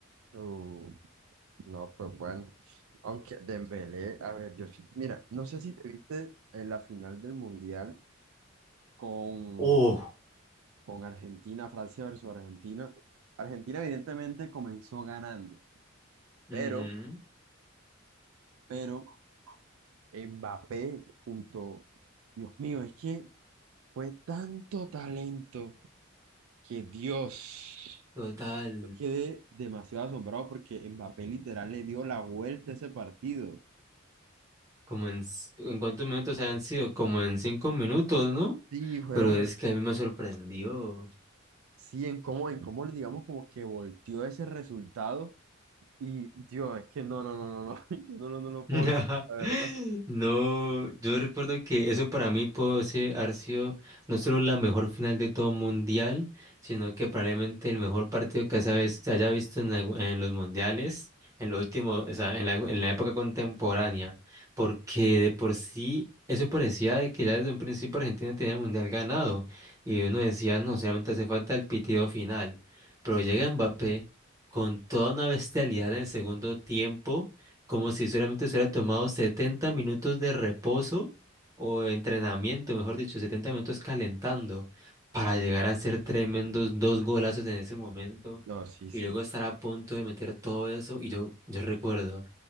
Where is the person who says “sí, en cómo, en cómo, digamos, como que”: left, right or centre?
Right